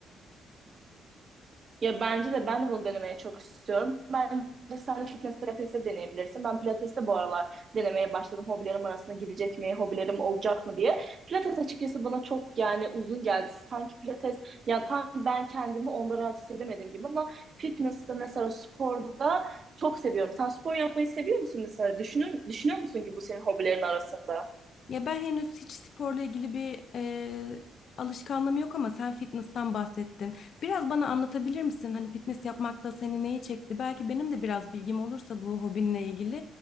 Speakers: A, on the right; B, on the left.
A: Ya bence de ben de bunu denemeye çok istiyorum. Bence sen de fitness pilatesi deneyebilirsin. Ben pilatesi de bu aralar denemeye başladım. Hobilerim arasına girecek mi, hobilerim olacak mı diye. Pilates açıkçası bana çok yani uzun geldi. Sanki pilates ya tam ben kendimi onda rahat hissedemedim gibi ama fitness'te mesela sporda çok seviyorum. Sen spor yapmayı seviyor musun mesela? Düşünür, düşünüyor musun ki bu senin hobilerin arasında?
B: Ya ben henüz hiç sporla ilgili bir e, alışkanlığım yok ama sen fitness'tan bahsettin. Biraz bana anlatabilir misin? Hani fitness yapmakta seni neyi çekti? Belki benim de biraz bilgim olursa bu hobinle ilgili,